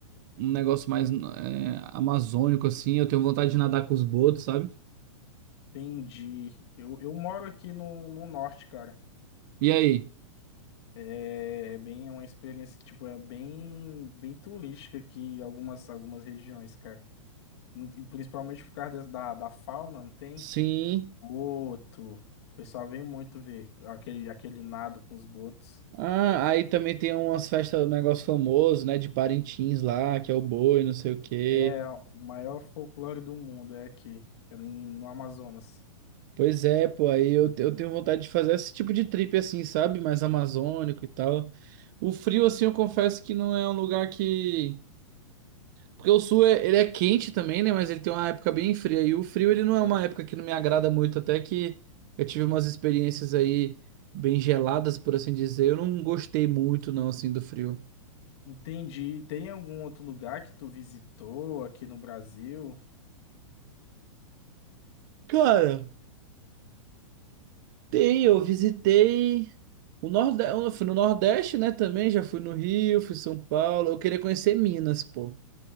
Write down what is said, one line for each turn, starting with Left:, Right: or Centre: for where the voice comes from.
Right: um negócio mais é, amazônico assim. Eu tenho vontade de nadar com os botos, sabe?
Left: Entendi. Eu, eu moro aqui no, no norte, cara.
Right: E aí?
Left: É, é bem, é uma experiência que, tipo, é bem, bem turística aqui em algumas, algumas regiões, cara. E, e principalmente por causa des- da, da fauna, não tem?
Right: Sim.
Left: Boto. O pessoal vem muito ver aquele, aquele nado com os botos.
Right: Ah, aí também tem umas festas, um negócio famoso, né? De Parintins lá, que é o boi, não sei o quê.
Left: É o maior folclore do mundo, é aqui, é em- no Amazonas.
Right: Pois é, pô, aí eu, eu tenho vontade de fazer esse tipo de trip assim, sabe? Mais amazônico e tal. O frio, assim, eu confesso que não é um lugar que. Porque o sul é, ele é quente também, né? Mas ele tem uma época bem fria. E o frio, ele não é
Left: É.
Right: uma época que não me agrada muito. Até que eu tive umas experiências aí bem geladas, por assim dizer. Eu não gostei muito, não, assim, do frio.
Left: Entendi. Tem algum outro lugar que tu visitou aqui no Brasil?
Right: Cara, tem, eu visitei o Nordeste, eu fui no Nordeste, né, também, já fui no Rio, fui em São Paulo. Eu queria conhecer Minas, pô,